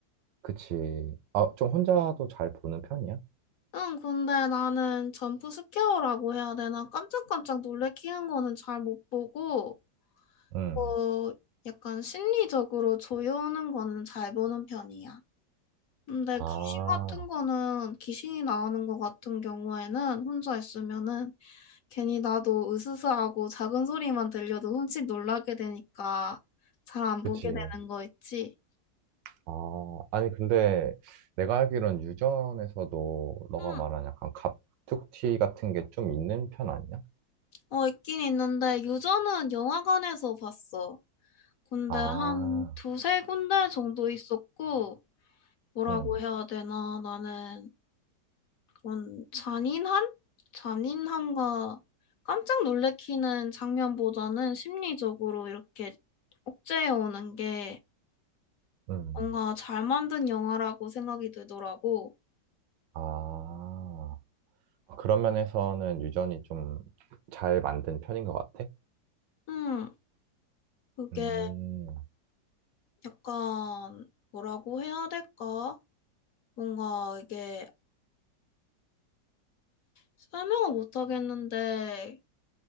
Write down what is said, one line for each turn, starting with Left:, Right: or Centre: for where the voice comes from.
Right: 그치. 아, 좀 혼자도 잘 보는 편이야?
Left: 응, 근데 나는 점프 스퀘어라고 해야 되나? 깜짝깜짝 놀래키는 거는 잘 못 보고,
Right: 응.
Left: 어, 약간 심리적으로 조여오는 거는 잘 보는 편이야. 근데
Right: 아,
Left: 귀신 같은 거는, 귀신이 나오는 거 같은 경우에는 혼자 있으면은 괜히 나도 으스스하고 작은 소리만 들려도 흠칫 놀라게 되니까 잘 안
Right: 그치.
Left: 보게 되는 거 있지?
Right: 아, 아니, 근데 내가 알기론 유전에서도 너가
Left: 응,
Right: 말한 약간 갑툭튀 같은 게 좀 있는 편 아니야?
Left: 어, 있긴 있는데 유저는 영화관에서 봤어. 근데
Right: 아,
Left: 한 두세 군데 정도 있었고 뭐라고
Right: 응,
Left: 해야 되나 나는 그런 잔인한? 잔인함과 깜짝 놀래키는 장면보다는 심리적으로 이렇게 억제해 오는 게
Right: 응.
Left: 뭔가 잘 만든 영화라고 생각이 들더라고.
Right: 아. 아, 그런 면에서는 유전이 좀 잘 만든 편인 것 같아?
Left: 음. 그게
Right: 음,
Left: 약간 뭐라고 해야 될까? 뭔가 이게 설명을 못 하겠는데